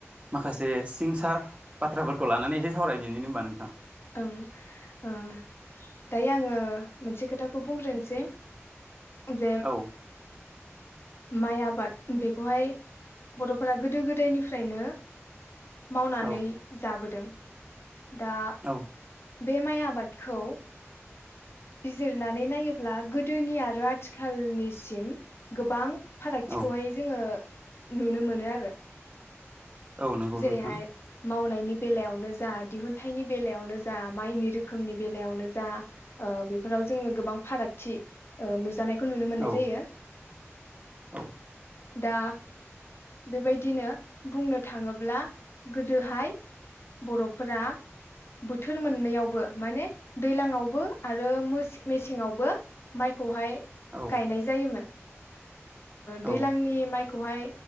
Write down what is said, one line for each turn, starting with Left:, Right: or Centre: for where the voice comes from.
Right: माखासे सिं -सा बाथ्राफोरखौ लानानै एसे सावराय बिनो होनबा नोंथां।
Left: ओं ओ दायो आङो मोनसे खोथाखौ बुंग्रोनोसै जे
Right: औ
Left: माइ आबाद बेखौहाय' बर' फोरा गोदो गोदायनिफ्रायनो मावनानै
Right: औ
Left: जाबोदों। दा
Right: औ।
Left: बे माइ आबादखौ बिजिरनानै नायोब्ला गोदो -दोनि आरो आथिखालनिसिम गोबां फारागथिखौहाय
Right: औ
Left: जोङो नुनो मोनो आरो।
Right: औ नंगौ
Left: जेरैहाय
Right: नोंथां
Left: मावनायनि बेलायावनो जा, दिहुनथाइनि बेलायावनो जा, माइनि रोखोमनि बेलायावनो जा बेफोराव जोङो गोबां फारागथि नुजानायखौ नुनो मोननाय
Right: औ
Left: जायो।
Right: औ
Left: दा बेबायदिनो बुंनो थाङोब्ला गोदोहाय बर'फोरा बोथोर मोननैयावबो माने दैलांआवबो आरो मेसेंआवबो माइखौहाय
Right: औ
Left: गायनाय जायोमोन।
Right: औ
Left: दैलांनि माइखौहाय